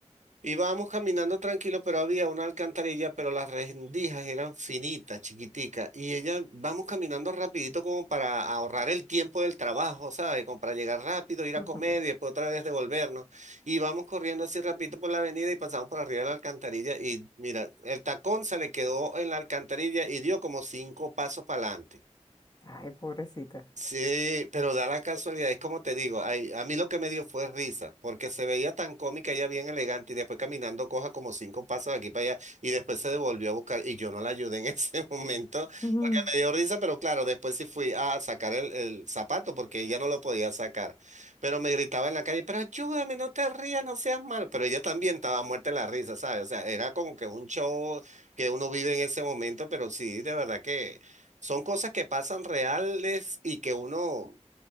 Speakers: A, on the right (about 80°); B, on the left (about 35°).
A: Íbamos caminando tranquilo, pero había una alcantarilla, pero las rendijas eran finitas, chiquiticas. Y ella, vamos caminando rapidito como para ahorrar el tiempo del trabajo, ¿sabes? Como para llegar rápido, ir a
B: Ujú.
A: comer y después otra vez devolvernos. Y vamos corriendo así rapidito por la avenida y pasamos por arriba de la alcantarilla. Y mira, el tacón se le quedó en la alcantarilla y dio como cinco pasos para adelante.
B: Ay, pobrecita.
A: Sí, pero da la casualidad, es como te digo, ay, a mí lo que me dio fue risa, porque se veía tan cómica, ella bien elegante, y después caminando coja como cinco pasos de aquí para allá, y después se devolvió a buscar, y yo no la ayudé en <laughs> ese momento,
B: Ujú,
A: porque me dio risa, pero claro, después sí fui a sacar el, el zapato, porque ella no lo podía sacar, pero me gritaba en la calle, pero ayúdame, no te rías, no seas mal, pero ella también estaba muerta de la risa, ¿sabes? O sea, era como que un show que uno vive en ese momento, pero sí, de verdad que... Son cosas que pasan reales y que uno